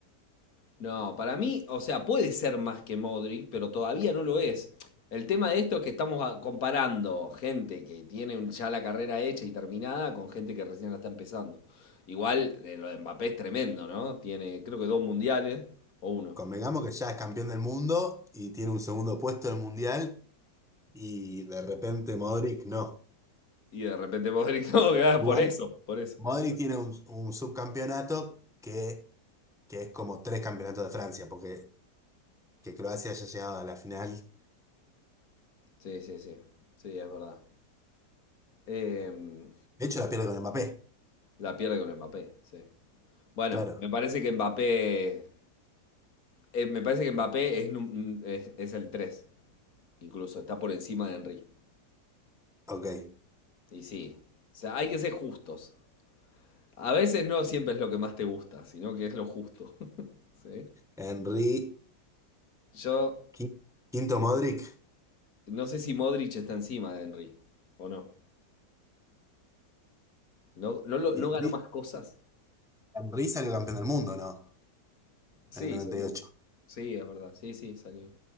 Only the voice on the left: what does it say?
No, para mí, o sea, puede ser más que Modric, pero todavía no lo es. El tema de esto es que estamos a- comparando gente que tiene un- ya la carrera hecha y terminada con gente que recién la está empezando. Igual, eh, lo de Mbappé es tremendo, ¿no? Tiene, creo que dos mundiales o uno.
Y de repente Modric <laughs> no, gana
por eso, por eso.
Sí, sí, sí. Sí, es verdad. Em,
la pierde con Mbappé, sí. Bueno,
me parece que Mbappé. eh, me parece que Mbappé es, num- es, es el tres Incluso está por encima de Henry.
Y sí. O sea, hay que ser justos. A veces no siempre es lo que más te gusta, sino que es lo justo. <laughs> ¿Sí?
Yo
no sé si Modric está encima de Henry o no. ¿No, no, lo-
no
ganó más cosas?
Sí,
seguro.
Sí, es verdad. Sí, sí, salió.